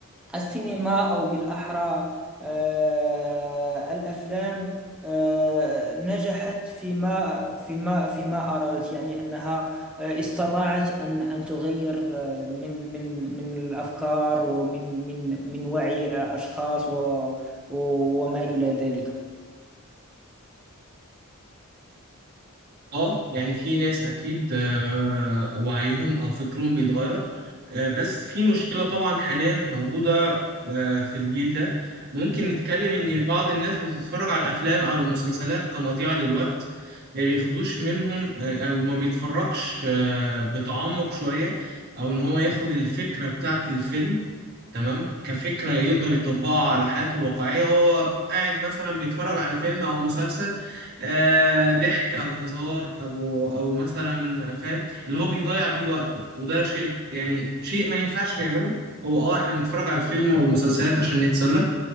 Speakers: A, in the centre; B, on the right.
A: السينما أو بالأحرى آه، الأفلام آه، نجحت فيما فيما فيما أرادت يعني أنها آه، استطاعت أن أن تغير آه، من من من الأفكار ومن من من وعي الأشخاص و- و- وما إلى ذلك
B: اه يعني في ناس اكيد آه، وعيهم او فكرهم بيتغير آه، بس في مشكلة طبعا حاليا موجودة آه، في الجيل ده ممكن نتكلم إن بعض الناس بتتفرج على الأفلام أو المسلسلات كمضيعة للوقت ما بياخدوش منهم آه، أو ما بيتفرجش آه، بتعمق شوية أو إن هو ياخد الفكرة بتاعة الفيلم تمام كفكرة يقدر يطبقها على حياته الواقعية هو قاعد مثلا بيتفرج على فيلم أو مسلسل آه، ضحك أو هزار أو أو مثلا فاهم اللي هو بيضيع بيه وقته وده شيء يعني شيء ما ينفعش نعمله هو اه احنا بنتفرج على الفيلم والمسلسلات عشان نتسلى